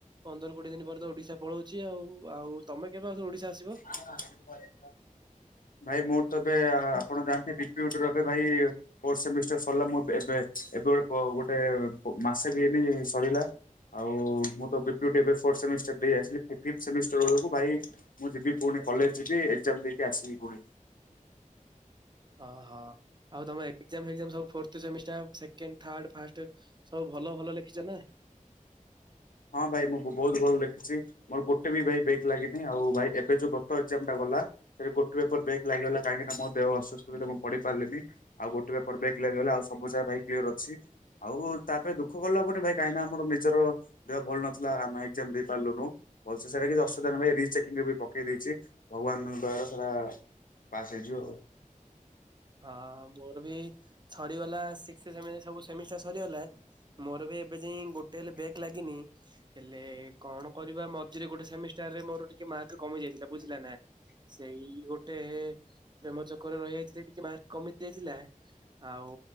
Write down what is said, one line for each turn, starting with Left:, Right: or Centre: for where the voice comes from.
Right: ପନ୍ଦର କୋଡିଏ ଦିନ ପରେ ତ ଓଡିଶା ପଳଉଛି ଆଉ ଆଉ ତମେ କେବେ ଆ ଓଡ଼ିଶା ଆସିବ।
Left: <inaudible> ଭାଇ ମୋର ତ ଏବେ ଆପଣ ଜାଣିନ୍ତି ବି ପି ୟୁ ଡି ଏବେ ଭାଇ ଫୋର୍ଥ ସେମିଷ୍ଟାର ସରିଲା ମୁ ଏବେ ଗୋଟେ ଗୋଟେ ମାସେ ବି ହେଇନି ସରିଲା। ଆଉ ମୁଁ ତ ଏବେ B P U T fourth semester ଦେଇ ଆସିଲି ଫିଫଥ ସେମିଷ୍ଟାର ବେଳକୁ ଭାଇ ମୁଁ ଯିବି ପୁଣି କଲେଜ ଯିବି ଏଗଜାମ ଦେଇକି ଆସିବି ପୁଣି।
Right: ହଁ ହଁ ଆଉ ତମର ଏଗଜାମ ଫେଗଜାମ ସବୁ fourth semester second third first ସବୁ ଭଲ ଭଲ ଲେଖିଛ ନା।
Left: ହଁ ଭାଇ ମୁଁ ବହୁତ ଭଲ ଲେଖିଛି। ମୋର ଗୋଟେ ବି ଭାଇ ବେକ୍ ଲାଗିନି ଆଉ ଭାଇ ଏବେ ଯୋଉ ଗତ ଏଗଜାମ ଟା ଗଲା ସେ ଗୋଟେ ପେପର ବେକ୍ ଲାଗୀଗଲା କାହିଁକି ଦେହ ଅସସ୍ଥ ଥିଲା ମୁଁ ପଢି ପାରିଲିନି। ଆଉ ଗୋଟେ ପେପର ବେକ୍ ଲାଗିଗଲା ଆଉ ସବୁ ଯାକ ଭାଇ କ୍ଲିୟର ଅଛି। ହୋଉ ହୋଉ ଆଉ ତା ପାଇଁ ଦୁଃଖ କଲା ହବନି ଭାଇ କାହିଁକି ନା ଆମର ନିଜର ଦେହ ଭଲ ନଥିଲା ଆମେ ଏକ୍ଜାମ ଦେଇପାରିଲୁନୁ। ଭଲସେ ସେଇଟା କିଛି ଅସୁବିଧା ନ ରିଚେକିଂ ବି ପକେଇ ଦେଇଛି ଭଗବାନଙ୍କ ଦୟାରୁ ସେଟା ପାସ ହେଇଯିବ ଆଉ
Right: ହଁ ମୋର ବି ସରିଗଲା ଶିକ୍ସି ସେମି ସେମିଷ୍ଟର ସରିଗଲା। ମୋର ବି ଏବେ ଯାଏ ଗୋଟେ ହେଲେ ବ୍ୟାଗ ଲାଗିନି। ହେଲେ କଣ କରିବା ମଝିରେ ଗୋଟେ ସେମିଷ୍ଟାରରେ ମୋର ଟିକେ ମାର୍କ କମି ଯାଇଥିଲା ବୁଝିଲା ନା। ସେଇ ଗୋଟେ ପ୍ରେମ ଚକରେ ରହିଯାଇଥିଲେ ଟିକେ ମାର୍କ କମି ଯାଇଥିଲା। ଆଉ